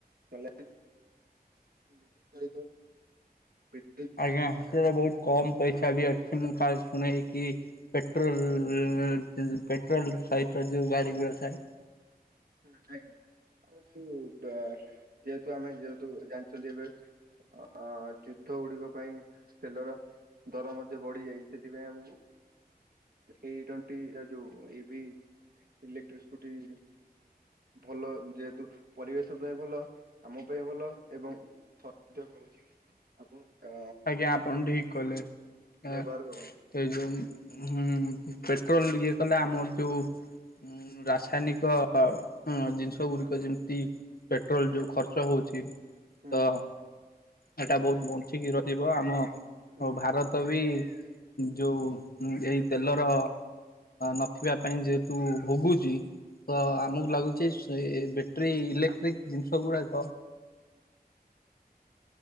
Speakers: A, on the right; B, on the left.
A: ଚଲେଇବା ବିଦ୍ୟୁତ୍ ଚାଳିତ ଵିଦ୍
B: ଆଜ୍ଞା ସେଥିରେ ବହୁତ କମ୍ ପଇସା ବି ଆସିଚି ମୁଁ କାଲି ଶୁଣିଲିକି ପେଟ୍ରୋଲ୍ ରେ ପେଟ୍ରୋଲ୍ ସହିତ ଯୋଉ ଗାଡ଼ି ଗୁଡ଼ା ଥାଏ।
A: ହୁଁ ଆଜ୍ଞା <inaudible> ଯେହେତୁ ଆମେ ଯେହେତୁ ଜାଣିଚନ୍ତି ଏବେ ଅ ଯୁଦ୍ଧ ଗୁଡିକ ପାଇଁ ତେଲର ଦର ମଧ୍ୟ ବଢି ଯାଇଚି ସେଥିପାଇଁ ଆମକୁ ଏ ଟୋଣ୍ଟି ଏ ଯୋଉ ଏବି ଇଲେକ୍ଟ୍ରି ସ୍କୁଟି। ଭଲ ଯେହେତୁ ପରିବେଶ ପାଇଁ ଭଲ ଆମ ପାଇଁ ଭଲ ଏବଂ <inaudible> କହୁଚି କି ଆପଣ ଅ
B: ଆଜ୍ଞା ଆପଣ ଠିକ୍ କଲେ ଆଁ।
A: ବ୍ୟବହାର କରନ୍ତୁ।
B: ସେ ଯୋଉ <inaudible> ଇଏ କଲେଆମର ଯୋଉ ଉଁ ରାସାୟନିକ ଜିନିଷ ଗୁଡିକ ଯେମିତି ପେଟ୍ରୋଲ ଯୋଉ ଖର୍ଚ୍ଚ ହଉଚି।
A: ହୁଁ
B: ତ ଏଇଟା ବହୁତ ବଞ୍ଚିକି ରହିବ ଆମ
A: ହୁଁ
B: ଭାରତ ତ ବି ଯୋଉ ଏଇ ତେଲର ନଥିବା ପାଇଁ ଯେହେତୁ ଭୋଗୁଚି। ତ ଆମକୁ ଲାଗୁଚି ସ ବ୍ୟାଟେରୀ ଇଲେକ୍ଟ୍ରିକ୍ ଜିନିଷ ଗୁଡାକ
A: ହୁଁ।